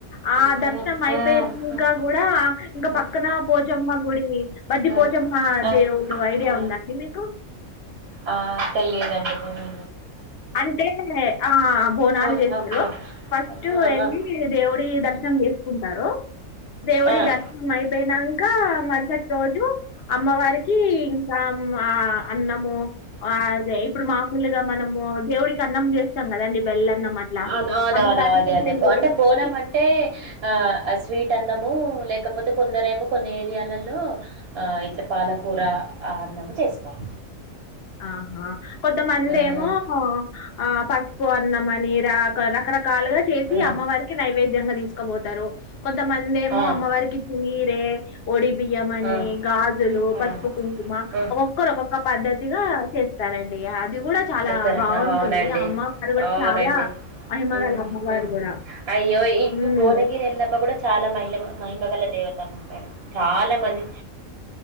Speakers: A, on the left; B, on the right.
A: ఆ
B: ఉమ్,
A: దర్శనం అయిపోయినంక
B: ఉమ్, ఉమ్,
A: కూడా ఇంకా
B: ఉమ్,
A: పక్కన పోచమ్మ గుడి బద్దిప్
B: ఉమ్,
A: పోచమ్మ
B: ఆ
A: దేవుడు ఐడియా
B: ఆ,
A: ఉ ఉందండి మీకు
B: ఆ తెలియదండి పోను
A: అంటే ఆ బోనాలు
B: బోనా
A: చేస్తారు.
B: బోన్
A: ఫస్ట్
B: ఆ
A: వెళ్ళి
B: ఆ
A: దేవుడి దర్శనం చేసుకుంటారు. దేవుడి
B: ఉమ్,
A: దర్శనం అయిపోయినంగ్ ఇంకా మరుసటి రోజు అమ్మవారికి ఇంకా ఆ అన్నము అదే ఇప్పుడు మామూలుగా మనము దేవుడికి అన్నం చేస్తాం కదండి బెల్లన్నం అట్లా
B: అ అవునవునవు
A: అమ్మవారికి
B: అదే
A: అట్లా
B: అదే
A: చేసి
B: అంటే బోనం అంటే ఆ స్వీట్ అన్నం లేకపోతే కొందరు ఏమో కొన్ని ఏరియాలల్లో ఇట్లా పాలకూర అన్నం చేస్తారు
A: ఆహ కొంతమందేమో
B: మ్మ్
A: ఆ పసుపు అన్నమని రా రకరక్ కాలుగా చేసి
B: మ్మ్
A: అమ్మవారికి నైవేద్యంగా తీసుకపోతారు. కొంతమంది ఏమో
B: ఆ
A: అమ్మవారికి చీరె ఒడి బియ్యం అని
B: ఆ!
A: గాజులు,
B: ఆ!
A: పసుపు, కుంకుమ
B: హ్మ్.
A: ఒకొక్కరు ఒకొక్క పద్దతి. చేస్తారండి ఆ
B: చెప్తారాన
A: బావుంటుంది.
B: ఆ అవునండి
A: అమ్మవారు గూడా
B: ఆ అవునండి
A: చాలా మహిమగల
B: ఉమ్
A: అమ్మవారు
B: ఉమ్
A: గూడా.
B: అయ్యో ఇ
A: హ్మ్.
B: బోనగిరి ఎల్లమ్మ కూడా చాలా మహిల మహిమగల దేవత మేడం చాలా మంది